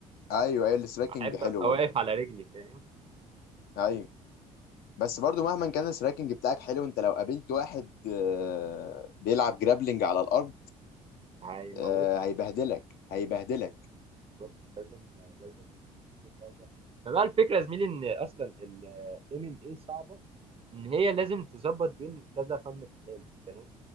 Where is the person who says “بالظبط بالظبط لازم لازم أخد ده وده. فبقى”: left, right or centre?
Right